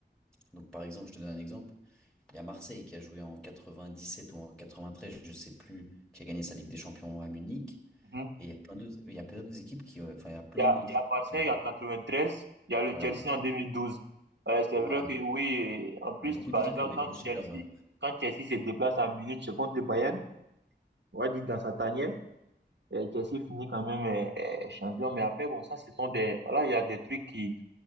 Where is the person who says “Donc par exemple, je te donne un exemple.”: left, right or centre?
Centre